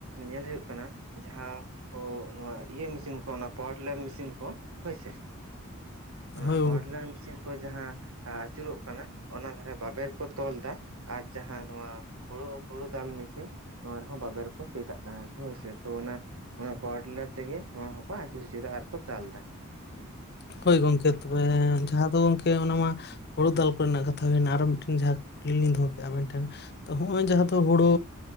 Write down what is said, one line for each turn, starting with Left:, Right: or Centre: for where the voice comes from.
Right: ᱧᱮᱞ ᱦᱩᱭᱩᱜ ᱠᱟᱱᱟ ᱡᱟᱦᱟᱸ ᱠᱚ ᱱᱚᱣᱟ ᱤᱭᱟᱹ ᱢᱮᱥᱤᱱ ᱠᱚ ᱚᱱᱟ ᱯᱟᱣᱟᱨ ᱴᱤᱞᱟᱨ ᱢᱤᱥᱤᱱ ᱠᱚ ᱦᱳᱭ ᱥᱮ᱾ ᱚᱱᱟ
Left: ᱦᱳᱭ
Right: ᱯᱟᱣᱟᱨ
Left: ᱜᱚᱝᱠᱮ
Right: ᱴᱤᱞᱟᱨ ᱢᱤᱥᱤᱱ ᱠᱚ ᱡᱟᱦᱟᱸ ᱟᱟᱹᱪᱩᱨᱚᱜ ᱠᱟᱱᱟ ᱚᱱᱟ ᱫᱷᱟᱨᱮ ᱵᱟᱵᱮᱨ ᱠᱚ ᱛᱚᱞᱫᱟ᱾ ᱟᱨ ᱡᱟᱦᱟᱸ ᱱᱚᱣᱟ ᱦᱳᱲᱳ, ᱦᱳᱲᱳ ᱫᱟᱞ ᱢᱤᱥᱤᱱ ᱱᱚᱣᱟ ᱨᱮᱦᱚᱸ ᱵᱟᱵᱮᱨ ᱠᱚ ᱥᱮᱴᱟᱜ ᱠᱟᱱᱟ ᱦᱳᱭᱥᱮ ᱛᱚ ᱚᱱᱟ ᱚᱱᱟ ᱯᱟᱣᱟᱨ ᱴᱤᱞᱟᱨ ᱛᱮ ᱜᱮ ᱱᱚᱣᱟ ᱦᱚᱸᱠᱚ ᱟᱹᱪᱩᱨ ᱦᱚᱪᱚᱭ ᱫᱟ ᱟᱨ ᱠᱚ ᱫᱟᱞᱫᱟ᱾ ᱦᱮᱸ
Left: ᱦᱳᱭ ᱜᱚᱝᱠᱮ ᱛᱚᱵᱮ ᱡᱟᱦᱟᱸ ᱫᱚ ᱜᱚᱝᱠᱮ ᱚᱱᱟ ᱢᱟ ᱦᱩᱲᱩ ᱫᱟᱞ ᱠᱚ ᱨᱮᱱᱟᱜ ᱠᱟᱛᱷᱟ ᱦᱩᱭᱱᱟ ᱟᱨᱚ ᱢᱤᱫᱴᱮᱱ ᱡᱟᱦᱟᱸ ᱠᱩᱞᱤ ᱞᱤᱧ ᱫᱚ ᱦᱚ ᱠᱮᱜ-ᱟ ᱟᱵᱮᱱ ᱴᱷᱮᱱ, ᱛᱚ ᱦᱚᱸᱜ-ᱚᱭ ᱡᱟᱦᱟᱸ ᱫᱚ ᱛᱚ, ᱦᱩᱲᱩ